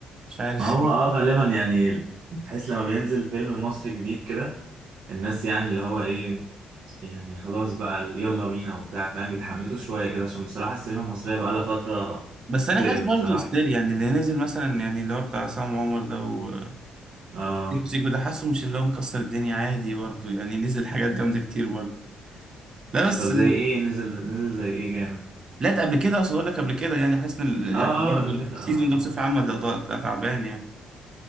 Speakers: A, on the right; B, on the right.
A: مش عارف
B: ما هو اه غالبا يعني تحس لما بينزل فيلم مصري جديد كده الناس يعني اللي هو ايه يعني خلاص بقى يلا بينا وبتاع فاهم بيتحمسوا شوية كده عشان بصراحة السينما المصرية بقى لها فترة
A: <laughs> بس انا
B: تقرف
A: حاسس برضه
B: بصراحة
A: ستيل يعني اللي نزل مثلا يعني اللي هو بتاع عصام عمر ده وسيكو
B: اه
A: سيكو ده حاسه مش اللي هو مكسر الدنيا عادي برضه يعني نزل حاجات جامدة كتير برضه لا بس
B: طب زي ايه نزل نزل زي ايه جامد
A: لا ده قبل كده اقصد اقول لك قبل كده يعني حاسس ان ال-
B: اه
A: يعني برضه
B: اه قبل كده
A: السيزون
B: اه
A: ده
B: اه
A: بصفة عامة ده ده تعبان يعني